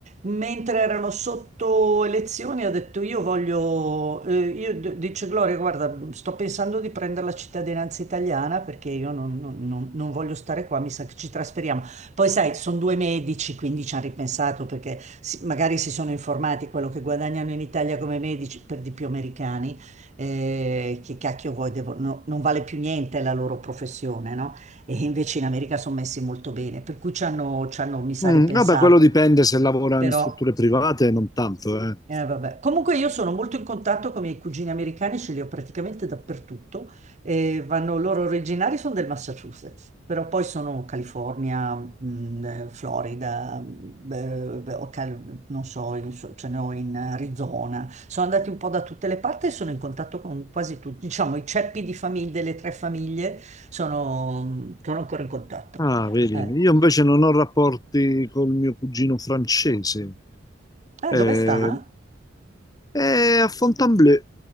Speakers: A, on the right; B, on the left.
A: Mentre erano sotto elezioni, ha detto: Io voglio. eh, io d- dice Gloria, guarda, sto pensando di prendere la cittadinanza italiana perché io non, non- non- non voglio stare qua, mi sa che ci trasferiamo. Poi, sai, sono due medici, quindi ci hanno ripensato perché si- magari si sono informati quello che guadagnano in Italia come medici, per di più americani. eh, che cacchio vuoi, devo- no, non vale più niente la loro professione, no? E invece in America sono messi molto bene, per cui ci hanno, ci hanno, mi sa,
B: Mm,
A: ripensato.
B: vabbè, quello dipende se lavora in
A: Però.
B: strutture private, non tanto, eh.
A: Eh, vabbè. Comunque io sono molto in contatto con i miei cugini americani, ce li ho praticamente dappertutto. E vanno, loro originari sono del Massachusetts, però poi sono California, mh, eh, Florida, mh, eh, beh, o Cal- non so, in, so- ce ne ho in Arizona. Sono andati un po' da tutte le parti e sono in contatto con quasi tutti. Diciamo, i ceppi di famiglie, delle tre famiglie, sono, mm, sono ancora in contatto.
B: Ah, vedi,
A: Eh.
B: io invece non ho rapporti col mio cugino francese.
A: Ah,
B: Eh,
A: dove sta?
B: è a Fontainebleau,